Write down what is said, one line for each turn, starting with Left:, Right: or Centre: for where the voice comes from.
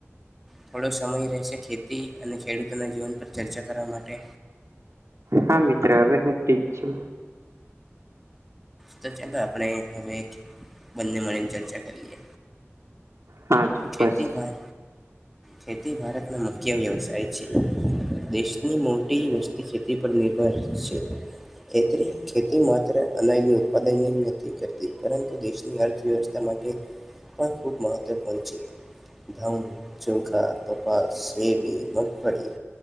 Centre: થોડો સમય રહેશે ખેતી અને ખેડૂતોના જીવન પર ચર્ચા કરવા માટે.
Right: હા મિત્ર હવે હું ઠીક છું.
Centre: તો ચાલો આપણે હવે બંને મળીને ચર્ચા કરીએ.
Right: હા ચોક્કસ.
Centre: ખેતી ભા ખેતી ભારતનો મુખ્ય વ્યવસાય છે. દેશની મોટી વસ્તી ખેતી પર નિર્ભર છે. ખેત ખેતી માત્ર અનાયું ઉત્પાદન નથી કરતી. પરંતુ દેશની અર્થવ્યવસ્થા માટે પણ ખૂબ મહત્વપૂર્ણ છે. ધમ ચોખા કપાસ શેડી મગફળી.